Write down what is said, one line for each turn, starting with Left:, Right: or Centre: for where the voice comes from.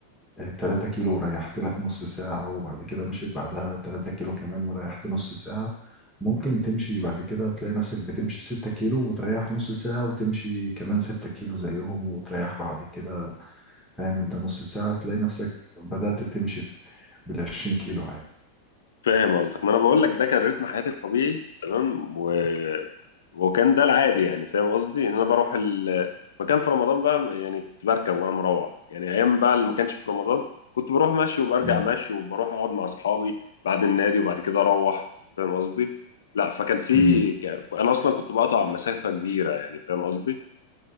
Centre: آه، 3 كيلو وريحت لك نص ساعة وبعد كده مشيت بعدها 3 كيلو كمان وريحت نص ساعة ممكن تمشي بعد كده تلاقي نفسك بتمشي 6 كيلو وتريح نص ساعة وتمشي كمان 6 كيلو زيهم وتريح بعد كده فاهم انت نص ساعة تلاقي نفسك بدأت تمشي في بالعشرين كيلو عادي
Left: فاهم قصدك ما انا بقول لك ده كان رتم حياتي الطبيعي تمام و... وكان ده العادي يعني فاهم قصدي ان انا بروح ال... مكان في رمضان بقى يعني كنت بركب وانا مروح يعني ايام بقى اللي ما كانش في رمضان كنت بروح ماشي وبرجع
Centre: مم.
Left: ماشي وبروح اقعد مع اصحابي بعد النادي وبعد كده اروح فاهم قصدي لا فكان في
Centre: مم.
Left: ك... انا اصلا كنت بقطع مسافة كبيرة يعني فاهم قصدي